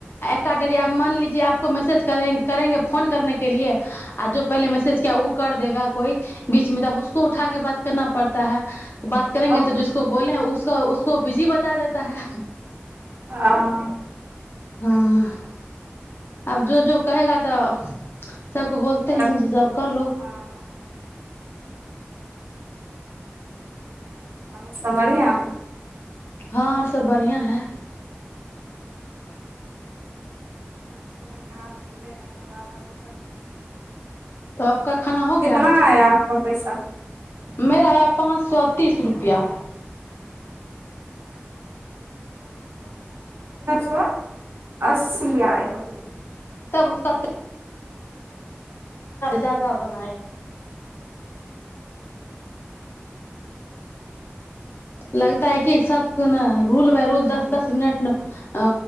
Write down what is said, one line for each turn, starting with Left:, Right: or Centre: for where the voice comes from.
Left: काट एरिया में मान लीजि आपको मैसेज कर करेंगे फोन करने के लि आ जो पहिले मैसेज किया ओ कर देेगा कोइ बीच मे तऽब उसको उठा के बात करना पड़ता है बात करेंगे
Right: हाँ
Left: तऽ जिसको बोले हैं उसको उस उको बिजी बता देता है
Right: हँ
Left: हँ आब जो जो कहेगा तऽ सबके बोले
Right: घर-
Left: है जे जॉब कर लो
Right: हाँ आओर सब बढियाँ
Left: हँ आओर सब बढ़िआं है
Right: नहि नहि पूहे नहि हुआ है तक
Left: तो आपका खाना हो
Right: कितना
Left: गया
Right: आया आपका पैसा
Left: मेरा आया पाँच सए तीस रुपैआ
Right: क अस्सी आया
Left: तब उसका तऽ ज्यादा बनाए लगता है क सब को ने रूल बाय रूल दस दस मिनट अ